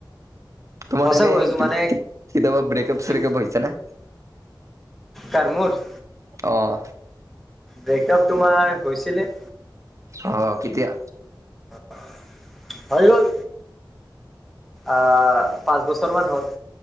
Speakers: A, on the right (about 40°); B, in the centre.
A: তোমাৰ
B: সঁচা
A: এনে
B: কৈছো
A: কেতিয়াবা
B: মানে
A: ব্ৰেকআপ
B: কি
A: চ্ৰেকপ হৈছে নে?
B: কাৰ মোৰ
A: অ'
B: ব্ৰেকআপ তোমাৰ হৈছিলে।
A: অ' কেতিয়া?
B: অ' হৈ গ'ল। অ' পাঁচ বছৰ মান হ'ল।